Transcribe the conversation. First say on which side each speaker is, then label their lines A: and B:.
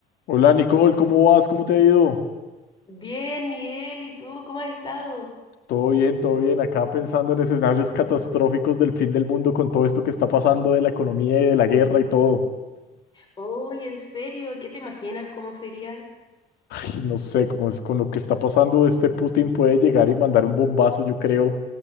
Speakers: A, on the left (about 80°); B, on the left (about 25°).
A: Hola Nicole, ¿cómo vas? ¿Cómo te ha ido?
B: Bien, Miguel, ¿y tú cómo has estado?
A: Todo bien, todo bien. Acá pensando en escenarios catastróficos del fin del mundo con todo esto que está pasando de la economía y de la guerra y todo.
B: Oye, en serio, ¿qué te imaginas cómo sería?
A: Ay, no sé, cómo es con lo que está pasando, este Putin puede llegar y mandar un bombazo, yo creo,